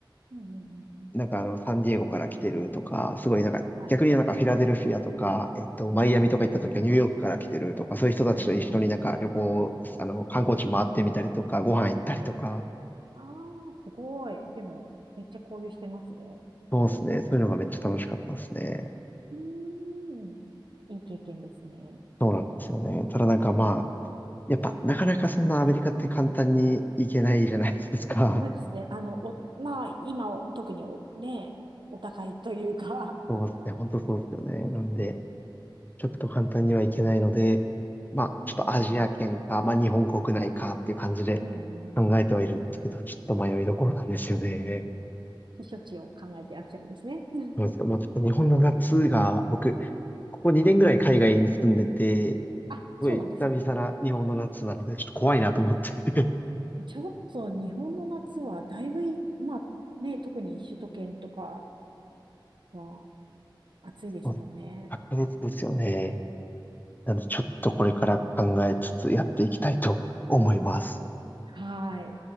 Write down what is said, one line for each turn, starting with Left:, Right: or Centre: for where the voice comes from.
Right: うんうんうんうん。
Left: なんかあのサンディエゴから来てるとか、すごいなんか逆になんかフィラデルフィアとか、
Right: はい。
Left: えっと、マイアミとか行った時はニューヨークから来てるとか、
Right: うん。
Left: そういう人たちと一緒になんか旅行、
Right: うんうんうん。
Left: あの、観光地回ってみたりとか、ご飯行ったりとか、
Right: ああ、すごい。でも、めっちゃ交流してますね。
Left: そうですね。
Right: すごい。う
Left: そういうのがめっちゃ楽しかったですね。
Right: ーん。いい経験ですね。
Left: そうなんですよね。ただなんかまあ、やっぱなかなかそんなアメリカって簡単に行けないじゃないですか。
Right: えそうですね。あの、お、まあ、今、特にお、ね、お高いというか。
Left: そうですね。
Right: <laughs>
Left: 本当そうですよね。なんで、ちょっと簡単にはいけないので、まあ、
Right: うんうん
Left: ちょっとアジア圏か、まあ、日本国内かっていう感じで
Right: うん。うんうんうん
Left: 考えてはいるんですけど、ちょっと迷いどころなんですよね。
Right: 避暑地を考えていらっしゃるんですね。うん
Left: そうなんですよ。もうちょっと日本の夏が、僕、ここ2年ぐらい海外に住んでて、す
Right: あ、
Left: ごい久々な日本の夏なので、
Right: そうなんですね。
Left: ちょっと怖いなと思って。<laughs>
Right: ちょっと日本の夏はだいぶい、まあね、特に首都圏とかは暑いですもんね。
Left: そうです。白熱ですよね。なので、ちょっとこれから考えつつやっていきたいと思います。
Right: はい。